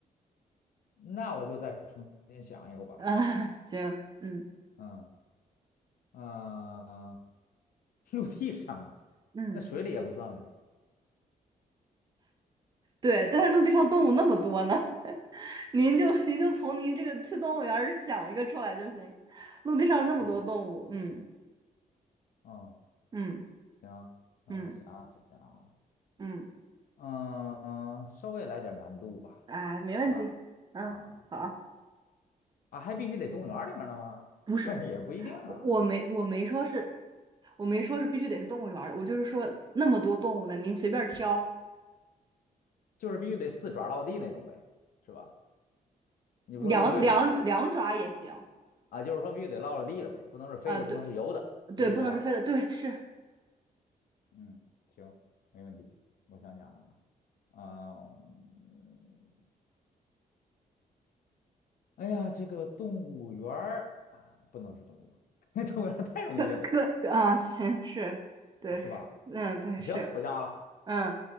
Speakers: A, on the left; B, on the right.
A: 那我就再重新想一个吧。
B: 啊，<laughs> 行，嗯
A: 嗯嗯，呃 <laughs> 陆地上的，
B: 嗯，
A: 那水里也不算呗。
B: 对，但是陆地上动物那么多呢，<laughs> 您就您就从您这个去动物园儿想一个出来就行。陆地上那么多动物，
A: 嗯
B: 嗯
A: 嗯，
B: 嗯
A: 行，那我想想啊，
B: 嗯嗯，
A: 嗯嗯，稍微来点难度吧，
B: 哎，
A: 是吧？
B: 没问题，嗯，
A: 啊
B: 好，
A: 啊，还必须得动物园儿里面的吗？
B: 不是。
A: <laughs> 也不一定啊，
B: 我我没我没说是，我没说是必须得是动物园儿的，我就是说那么多动物呢，您随便挑，
A: 就是必须得四爪落地那种呗，是吧？你不说陆地上的吗？
B: 两两两爪也行
A: 啊，就是说必须得落了地了呗，不能是飞的，
B: 啊，对
A: 不能是游的，是这意思吧？
B: 对，不能是飞的，对是，
A: 嗯，行，没问题。我想想啊。啊、嗯哎呀，这个动物园儿啊，不能是动物园儿，<laughs> 动物园儿太容易了，
B: 可可啊，行是，对，
A: 是吧？
B: 嗯对是，
A: 呃，行，我想好了，
B: 嗯，